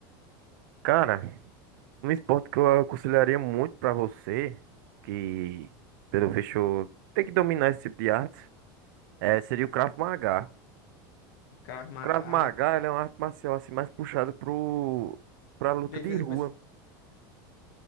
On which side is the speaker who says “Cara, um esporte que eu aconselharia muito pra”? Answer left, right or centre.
Right